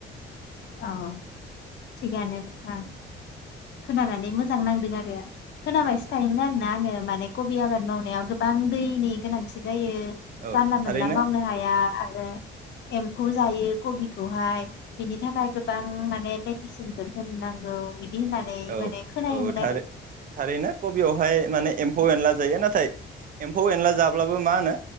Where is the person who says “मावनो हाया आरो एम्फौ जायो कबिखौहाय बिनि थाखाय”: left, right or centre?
Left